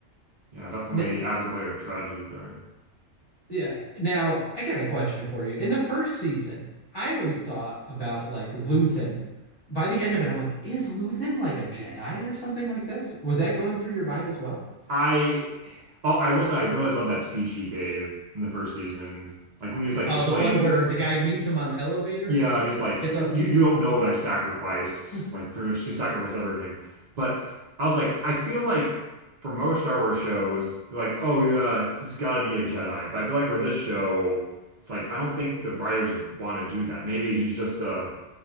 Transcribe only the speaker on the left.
N-
Yeah. Now, I got a question for you. In the first season, I always thought about like Luthen. By the end of it, I'm like, is Luthen like a Jedi or something like this? Was that going through your mind as well?
Oh,
the one where the guy meets him on the elevator,
gets
off.
<laughs>